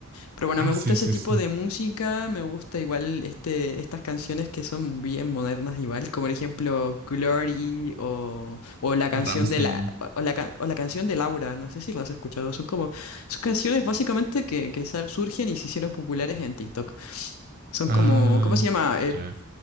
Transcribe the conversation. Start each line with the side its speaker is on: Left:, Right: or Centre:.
Left: Pero bueno,
Right: Ah,
Left: me gusta
Right: sí,
Left: ese
Right: sí,
Left: tipo
Right: sí.
Left: de música, me gusta igual este, estas canciones que son bien modernas igual, como por ejemplo Glory o, o la canción
Right: Rammstein.
Left: de la o la, can- o la canción de Laura, no sé si las has escuchado, son como son canciones básicamente que, que sal- surgen y se hicieron populares en TikTok. Son
Right: Ah,
Left: como, ¿cómo se llama? Eh,
Right: ya.